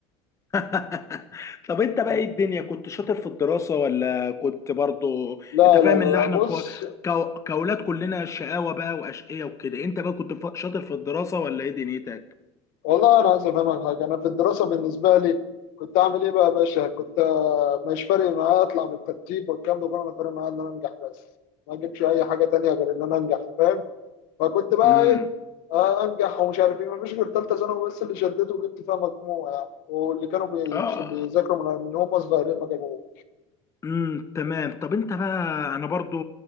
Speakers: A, on the left; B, on the left.
A: <laughs> طب انت بقى ايه الدنيا كنت شاطر في الدراسة ولا كنت برضو
B: لا
A: انت فاهم
B: لا لا
A: اللي
B: لا،
A: احنا
B: بص
A: كو... كو... كأولاد كلنا شقاوة بقى وأشقية وكده انت بقى كنت ف- شاطر في الدراسة ولا ايه دنيتك
B: والله انا عايز افهمك حاجه انا في الدراسه بالنسبه لي كنت اعمل ايه بقى يا باشا كنت مش فارق معايا اطلع من الترتيب والكلام ده كله انا فارق معايا ان انا انجح بس ما اجيبش اي حاجه تانية غير ان انا انجح فاهم فكنت بقى
A: امم
B: ايه آه، انجح ومش عارف ايه مفيش غير ثالثه ثانوي بس اللي شدته وجبت فيها مجموع يعني واللي كانوا بيش-
A: اه
B: بيذاكروا من من هم صغيرين ما جابوه
A: امم تمام طب انت بقى انا برضو